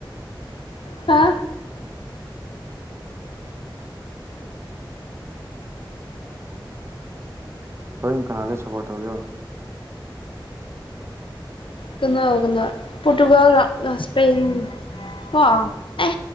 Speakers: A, on the left; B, on the right.
A: ꯍꯥ
B: ꯎꯝ ꯍꯣꯏ ꯀꯅꯥꯗ ꯁꯄꯣꯔꯠ ꯇꯧꯒꯦꯔꯣ
A: ꯀꯅꯥ ꯀꯅꯥ ꯄꯣꯇꯨꯒꯥꯜ ꯁ꯭ꯄꯦꯜ ꯍ ꯑꯦ